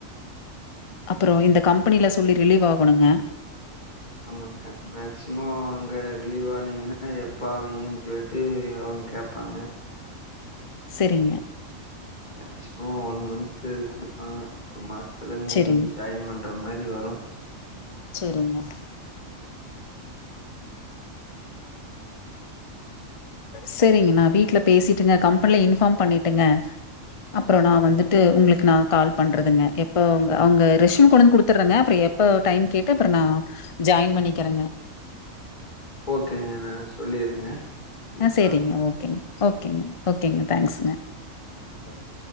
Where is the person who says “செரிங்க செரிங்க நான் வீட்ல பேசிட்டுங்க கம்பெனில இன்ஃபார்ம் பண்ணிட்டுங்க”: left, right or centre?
Left